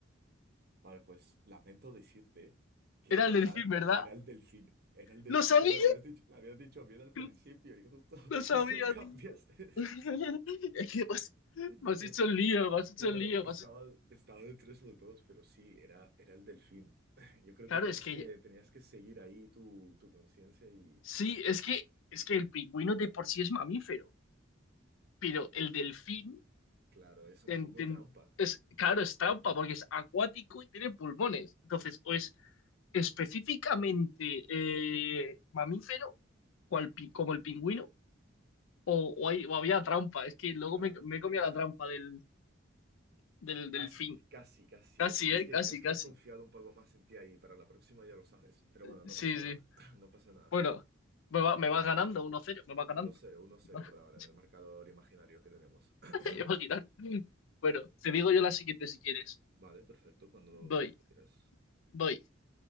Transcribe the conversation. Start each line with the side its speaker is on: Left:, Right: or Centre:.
Right: Vale, pues lamento decirte que
Left: Era
Right: en verdad
Left: el delfín, ¿verdad?
Right: era el delfín. Era el delfín
Left: Lo sabía,
Right: y lo habías dicho, lo habías dicho bien al
Left: tío,
Right: principio y justo,
Left: lo
Right: <laughs>
Left: sabía,
Right: justo lo cambiaste.
Left: tío. <laughs> Es que me has,
Right: Sí, la
Left: me
Right: respuesta.
Left: has hecho el lío, me has hecho
Right: Claro,
Left: el lío.
Right: estaba,
Left: me has hecho-
Right: estaba entre esos dos, pero sí, era, era el delfín. <laughs> Yo creo
Left: Claro,
Right: que tenías
Left: es que
Right: que, tenías que seguir ahí tu, tu conciencia y...
Left: sí, es que, es que el pingüino de por sí es mamífero, pero el delfín
Right: Claro, es un
Left: en-
Right: poco
Left: en-
Right: trampa.
Left: es, claro, es trampa porque es acuático y tiene pulmones. Entonces, o es específicamente eh, mamífero, cual pi- como el pingüino, o, o hay- o había trampa. Es que luego
Right: Claro,
Left: me, me comía
Right: era
Left: la trampa del, del
Right: casi,
Left: delfín.
Right: casi, casi.
Left: Casi,
Right: eh. Tenías
Left: ¿eh?
Right: que,
Left: Casi,
Right: tenías que
Left: casi.
Right: haber confiado un poco más en ti ahí. Para la próxima ya lo sabes. Pero bueno, no
Left: Sí,
Right: pasa nada.
Left: sí.
Right: <clears throat> No pasa nada.
Left: Bueno, me va, me vas ganando uno cero me va ganando.
Right: uno cero uno cero
Left: <laughs>
Right: por ahora en el marcador imaginario que tenemos. <clears throat>
Left: Imaginar. Bueno, te digo yo la siguiente si quieres.
Right: Vale, perfecto, cuando,
Left: Voy,
Right: cuando tú quieras.
Left: voy.